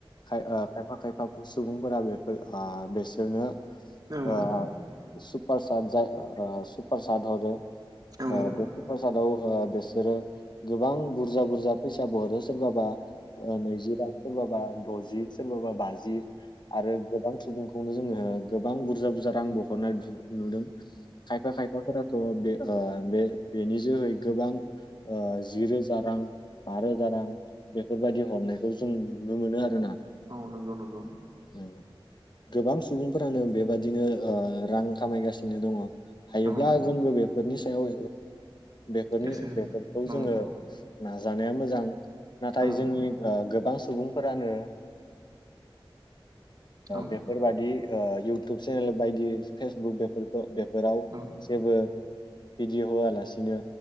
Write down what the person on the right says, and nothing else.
औ औ
नंगौ
औ
औ नंगौ नंगौ।
औ
गोसो
होनो
औ
औ
औ